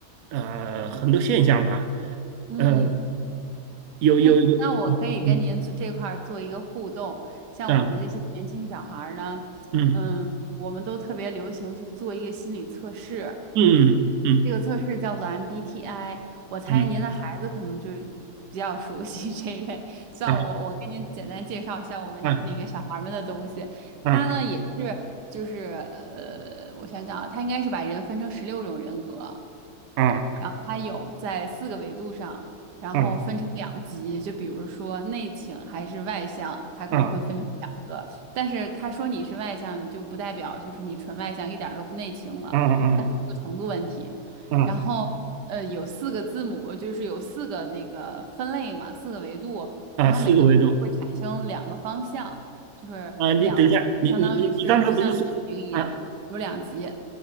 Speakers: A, on the right (about 70°); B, on the right (about 85°).
A: 呃很多现象吧，
B: 嗯。
A: 呃，有有有，
B: 哎，那我可以跟您做这块儿做一个互动。
A: 嗯嗯
B: 像我们这些年轻小孩儿呢，
A: 啊嗯
B: 嗯，我们都特别流行去做一个心理测试，
A: 嗯嗯
B: 这个测试叫做 MBTI。我猜您的孩子可能就
A: 嗯
B: 比较熟悉 <laughs> 这一类。像我，
A: 啊
B: 我给您简单介绍一下我们那那个小孩儿们的东西。
A: 啊啊
B: 他呢也是，就是呃，我想想啊，他应该是把人分成十六种人格。
A: 啊
B: 然后它有在四个维度上，然后分成两级，
A: 啊
B: 就比如说内倾还是外向，它可能会分成两个。
A: 啊啊
B: 但是他说你是外向，你就不代表就是你纯外向，一点儿都不内倾了，
A: 啊啊
B: 它是一个程度问题。
A: 啊啊。
B: 然后呃，有四个字母，就是有四个那个分类嘛，四个维度，
A: 啊，
B: 然后每个维度会产生两个方向，
A: 四个维度
B: 就是两，
A: 啊，你等一下，你你你你刚才不是说是啊
B: 相当于是就像天平一样，有两级。